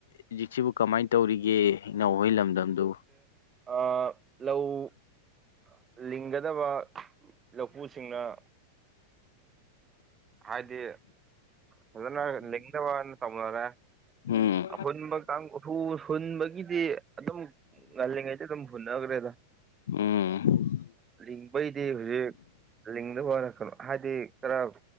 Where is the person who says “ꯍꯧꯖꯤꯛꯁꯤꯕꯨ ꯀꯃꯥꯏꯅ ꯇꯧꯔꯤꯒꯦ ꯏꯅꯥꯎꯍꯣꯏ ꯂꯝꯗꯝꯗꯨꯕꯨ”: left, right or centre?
Left